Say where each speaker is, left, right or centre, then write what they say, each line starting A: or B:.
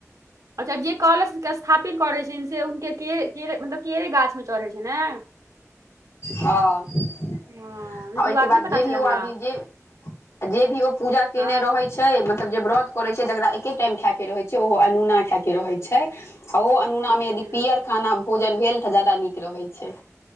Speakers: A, on the right (about 85°); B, on the left (about 60°).
A: अच्छा जे कलश के स्थापित करय छत्तीन से हुनके केरे केरे मतलब केरे गाछ मे चढ़य छैय ने।
B: हँ,
A: हँ
B: आ ओहिके
A: ई बात
B: बाद
A: नहि पता
B: जे भी
A: छलै
B: ओ
A: हमरा
B: आदमी जे आ जे भी ओ पूजा केने
A: हँ
B: रहय छैय मतलब जे व्रत करय छैय तकरा एके टाइम खायके रहै छैय ओहो अनुना खायके रहै छैय। आ ओहो अनुनामे
A: ओहो
B: यदि पीयर खाना भोजन भेल तऽ ज्यादा नीक रहै छैय।